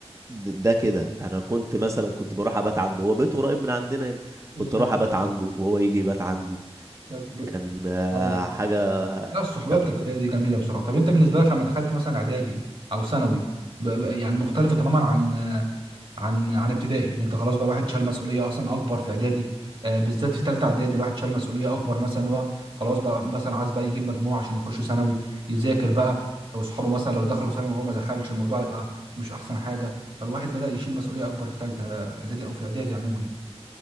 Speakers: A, on the right; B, on the right.
A: د- ده كده انا كنت مثلا كنت بروح ابات عنده هو بيته قريب من عندنا هنا
B: بالظبط
A: كنت اروح ابات
B: يعني
A: عنده وهو يجي يبات عندي
B: ده ب-
A: كان آه،
B: ايوه
A: حاجة
B: لا الصحبه
A: تفك...
B: بتاعت ابتدائي دي جميله بسرعه طب انت بالنسبه لك لما دخلت مثلا اعدادي او ثانوي ب- ب- يعني مختلفه تماما عن عن عن ابتدائي ان انت خلاص بقى واحد شال مسؤوليه اصلا اكبر في اعدادي آه، بالذات في ثالثه اعدادي الواحد شال مسؤوليه اكبر مثلا هو خلاص بقى مثلا عايز بقى يجيب مجموع عشان يخش ثانوي يذاكر بقى واصحابه مثلا لو دخلوا ثانوي وهو ما دخلش الموضوع يبقى مش احسن حاجه فالواحد بدا يشيل مسؤوليه اكبر في ثالثه اعدادي او في اعدادي عموما يعني